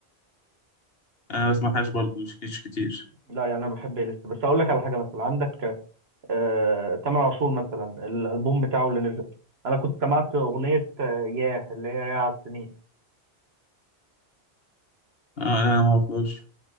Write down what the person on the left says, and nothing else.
انا ما بسمعهاش برضه مش مش كتير
آه، لا انا ما اعرفهاش